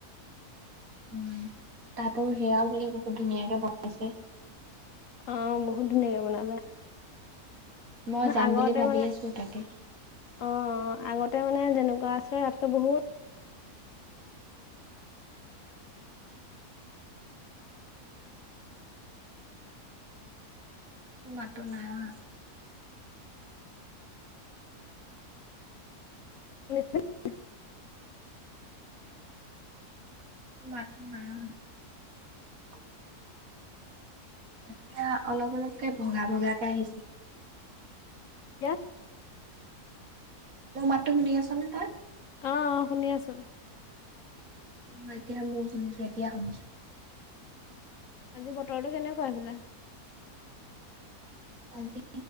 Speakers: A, on the right (about 60°); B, on the left (about 60°).
A: উম তাতো সেয়াও বোলে বহুত ধুনীয়াকে বনাইছে।
B: অ', বহুত ধুনীয়াকে বনালে।
A: মই যাম
B: আগতে
A: বুলি ভাবি
B: মানে
A: আছো তাকে।
B: অ', আগতে মানে যেনেকুৱা আছিল তাতকে বহুত
A: তোৰ মাতটো নাই অহা।
B: উনশ <unintelligible>
A: তোৰ মাতটো নাই অহা। এতিয়া অলপ অলপকে ভগা ভগাকে আহিছো।
B: এতিয়া?
A: মোৰ মতটো শুনি আছনে তই?
B: অ', অ', শুনি আছো।
A: অ', এতিয়াহে মোইয়ো শুনিছো এতিয়া শুনিছো।
B: আজি বতৰটো কেনেকুৱা সেইফালে?
A: আজি